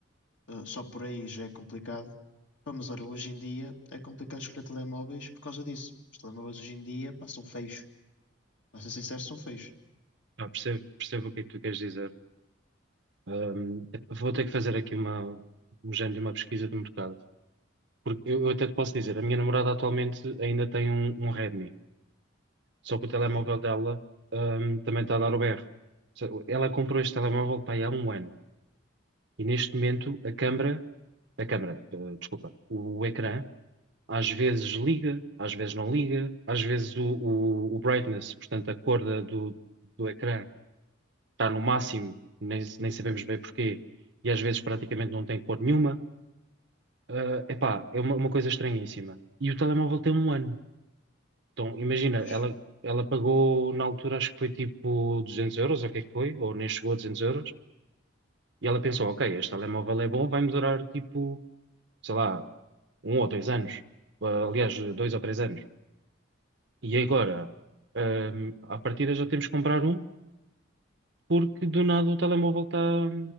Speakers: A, on the left; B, on the right.
A: Uh, só por aí já é complicado. Pá, Mas olha, hoje em dia é complicado escolher telemóveis por causa disso. Os telemóveis hoje em dia passam feios. Para ser sincero, são feios.
B: Ah, percebo, percebo o que é que tu queres dizer. Ahm, vou ter que fazer aqui uma, um género de uma pesquisa de mercado. Porque eu, eu até te posso dizer, a minha namorada atualmente ainda tem um, um Redmi, só que o
A: Ok?
B: telemóvel dela, ahm, também está a dar o berro. Ou seja, Ela comprou este telemóvel para aí há um ano e neste momento a câmara, a câmara, eh, desculpa, o, ecrã às vezes liga, às vezes não liga, às vezes o, o- o brightness, portanto a cor da- do, do ecrã está no máximo, nem, nem sabemos bem porquê, e às vezes praticamente não tem cor nenhuma. Ah, epá, é uma, uma coisa estranhíssima. E o telemóvel tem um ano. Então, imagina,
A: Mas,
B: ela, ela pagou na altura, acho que foi tipo 200 euros, ou o que é que foi, ou nem chegou a 200 euros, e ela pensou, ok, este telemóvel é bom, vai-me durar tipo, sei lá, um ou dois anos. Ah, aliás, dois ou três anos. E agora, a à partida já temos que comprar um, porque do nada o telemóvel está tá